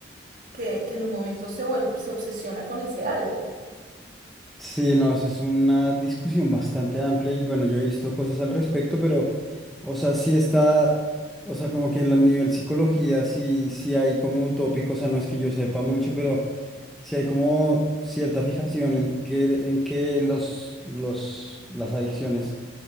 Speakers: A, on the right; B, in the centre.
A: que, que en un momento se vuelve, se obsesiona con ese algo.
B: Sí, no, eso es una discusión bastante amplia y bueno, yo he visto cosas al respecto, pero, o sea, sí está, o sea, como que en el nivel psicología sí, sí hay como un tópico, o sea, no es que yo sepa mucho, pero sí hay como cierta fijación en que, en que los, los, las adicciones